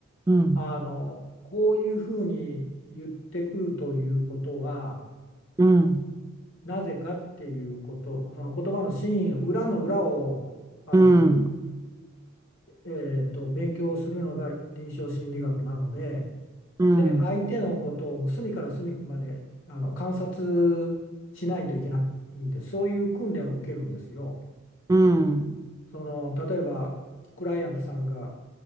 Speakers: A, on the right; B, on the left.
A: うん、
B: あのこういうふうに言ってくるということは
A: うん、
B: なぜかっていうこと、その言葉の真意、裏の裏をあの
A: うん、
B: えーと、勉強をするのが臨床心理学なので、
A: うん、
B: で、相手のことをもう隅から隅まであの観察しないといけないんです、そういう訓練を受けるんですよ。
A: うん。
B: その例えばクライアントさんが